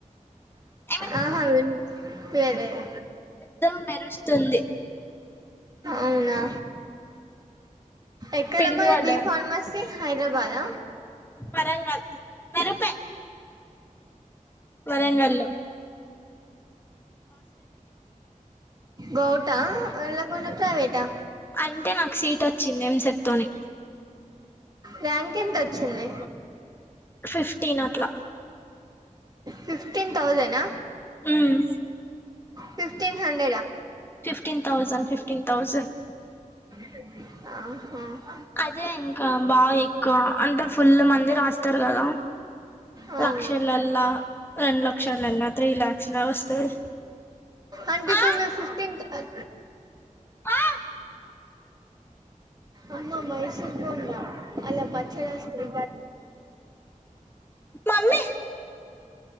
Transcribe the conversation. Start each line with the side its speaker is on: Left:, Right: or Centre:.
Left: ఏమన్
Right: అహ విన్ పియలేదు
Left: పెద్ద మెరుస్తుంది
Right: అవ్నా ఎక్కడ
Left: పిడుగుపడ్డద
Right: మరి బి ఫార్మాసి హైదరాబాదా
Left: వరంగల్ కరుపే వరంగల్ లో
Right: గౌట లేకుంటే ప్రైవేటా
Left: అంటే నాకు సీట్ వచ్చింది ఎంసెట్తోని
Right: ర్యాంక్ ఎంత వచ్చింది
Left: ఫిఫ్టీన్ అట్ల
Right: ఫిఫ్టీన్ తౌజనా
Left: మ్మ్
Right: ఫిఫ్టీన్ హండ్రెడా
Left: ఫిఫ్టీన్ థౌసండ్ ఫిఫ్టీన్ థౌసండ్
Right: అహ
Left: అదే ఇంకా బాగా ఎక్కువ అంటే ఫుల్ మంది రాస్తారు కదా
Right: అవును
Left: లక్షలల్ల రెండు లక్షల త్రీ లాక్స్ లా వస్తది
Right: అంటే ఇప్పుడు
Left: ఆ
Right: మేము ఫిఫ్టీన్త్ అ
Left: ఆ
Right: అన్నా మైసూర్ బోండా అలా పచ్చడెస్కొని
Left: మమ్మి